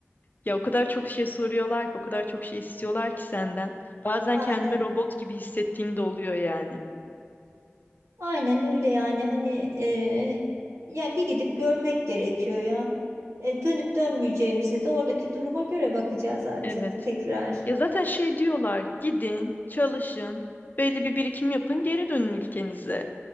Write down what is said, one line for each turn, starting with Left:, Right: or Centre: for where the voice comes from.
Left: Ya o kadar çok şey soruyorlar ki o kadar çok şey istiyorlar ki senden. Bazen
Right: aynen
Left: kendimi robot gibi hissettiğim de oluyor yani.
Right: aynen öyle yani hani e, yani bir gidip görmek gerekiyor ya. E, dönüp dönmeyeceğimize de oradaki duruma göre bakacağız artık
Left: Evet.
Right: tekrar.
Left: Ya zaten şey diyorlar gidin çalışın belli bir birikim yapın geri dönün ülkenize.